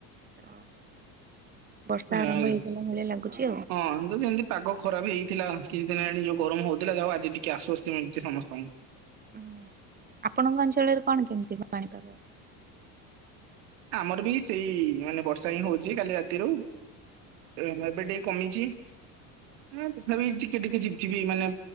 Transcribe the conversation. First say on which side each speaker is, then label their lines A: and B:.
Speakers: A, on the right (about 20°); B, on the right (about 75°).
A: ତ ବର୍ଷା
B: ହଁ
A: ଆରମ୍ଭ
B: ଏତ
A: ହେଇଗଲା ଭଳିଆ ଲାଗୁଛି ଆଉ।
B: ଯଦି ଏମିତି ପାଗ କ ଖରାପ୍ ହେଇଥିଲା କିଛି ଦିନି ହେଲାଣି ଯୋଉ ଗରମ ହଉଥିଲା ଯାହାହୋଉ ଆଜି ଟିକେ ଆଶ୍ଵସ୍ତି ମିଳିଛି ସମସ୍ତଙ୍କୁ।
A: ଉଁ ନିଆଁ ଆପଣଙ୍କ ଅଞ୍ଚଳରେ କଣ କେମିତି ପାଣିପାଗ ଆ
B: ଆମର ବି ସେଇ ମାନେ ବର୍ଷା ହିଁ ହଉଛି କାଲି ରାତିରୁ। ଏ ଏବେ ଟିକେ କମିଛି ଏ ତଥାପି
A: ହୁଁ।
B: ଟିକେ ଟିକେ ଝିପ୍ ଝିବି ମାନେ